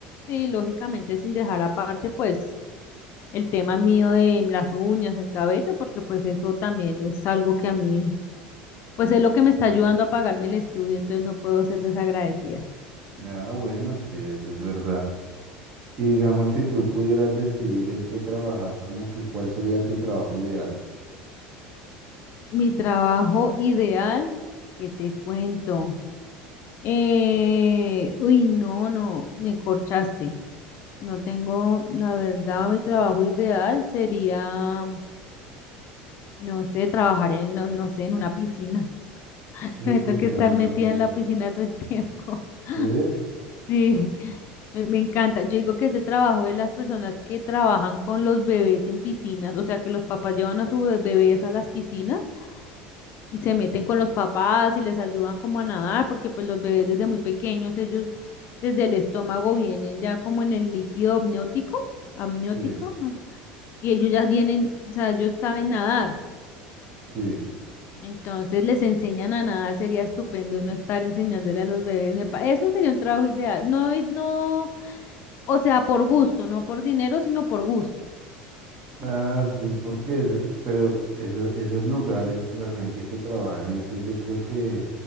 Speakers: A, on the left; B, on the right.
A: Sí, lógicamente sin dejar aparte pues el tema mío de las uñas, el cabello, porque pues eso también es algo que a mí pues es lo que me está ayudando a pagarme el estudio, entonces no puedo ser desagradecida.
B: Ah, bueno, sí, eso es verdad. Y digamos, si tú pudieras decidir en qué trabajar, como que cuál sería tu trabajo ideal.
A: Mi trabajo ideal, ¿qué te cuento? Eh, uy, no, no, me corchaste. No tengo, la verdad, mi trabajo ideal sería, no sé, trabajar en, no, no sé, en una piscina. <laughs>
B: Sí,
A: Que me toque
B: porque
A: estar
B: no me
A: metida
B: pi-
A: en la piscina todo el tiempo. <laughs>
B: Sí,
A: Sí, me, me encanta. Yo digo que ese trabajo de las personas que trabajan con los bebés en piscinas, o sea, que los papás llevan a sus bebés a las piscinas. y se meten con los papás y les ayudan como a nadar, porque pues los bebés desde muy pequeños, ellos desde el estómago vienen ya como en el líquido amniótico, amniótico,
B: sí,
A: y ellos ya vienen, o sea, ellos saben nadar.
B: sí.
A: Entonces les enseñan a nadar, sería estupendo no estar enseñándole a los bebés. me pa- Eso sería un trabajo ideal. No, y no, o sea, por gusto, no por dinero, sino por gusto.
B: Ah, sí, porque eso, pero eso- esos lugares, la gente que trabaja en eso, yo creo que